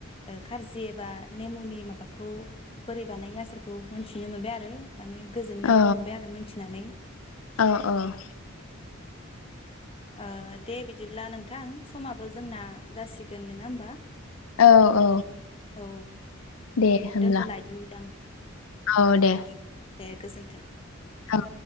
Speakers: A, on the left; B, on the left.
A: खारजि एबा नेमुनि माबाखौ बोरै बानाय आसारखौ मोनथिनो मोनबाय आरो माने गोजोननाय
B: औ
A: मोनबाय आरो मिनथिनानै
B: औ औ
A: ओ दे बिदिब्ला नोंथां समाबो जोंना जासिगोन नोङा होमबा
B: औ औ
A: औ
B: दे
A: ओ
B: होनब्ला
A: दोनथ'लायदिनि दां
B: औ दे
A: दे गोजोन्थों
B: औ